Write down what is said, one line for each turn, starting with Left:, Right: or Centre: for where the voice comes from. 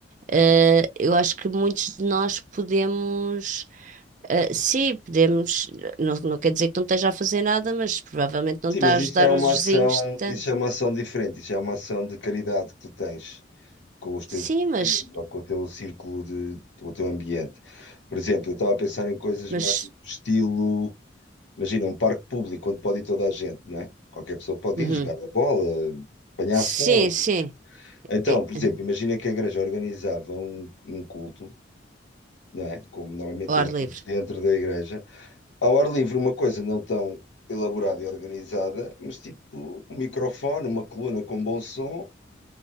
Right: Ah, Eu acho que muitos de nós podemos ah, sim, podemos, não, não quer dizer que não esteja a fazer nada, mas provavelmente não
Left: Sim,
Right: está
Left: mas
Right: a ajudar
Left: isso é uma
Right: os vizinhos
Left: ação,
Right: tanto.
Left: isso é uma ação diferente, isso é uma ação de caridade que tu tens com os teus
Right: Sim,
Left: vizinhos
Right: mas,
Left: ou com o teu círculo de, com o teu ambiente. Por exemplo, eu estava a pensar em coisas
Right: mas,
Left: mais do estilo, imagina, um parque público onde pode ir toda a gente, não é? Qualquer pessoa pode
Right: uhum.
Left: ir jogar a bola, apanhar
Right: Sim,
Left: sol.
Right: sim,
Left: Então,
Right: É,
Left: por exemplo,
Right: uhum.
Left: imagina que a igreja organizava um, um culto não é? Como normalmente
Right: Ao
Left: é
Right: ar
Left: feito
Right: livre.
Left: dentro da igreja. Ao ar livre, uma coisa não tão elaborada e organizada, mas tipo um microfone, uma coluna com bom som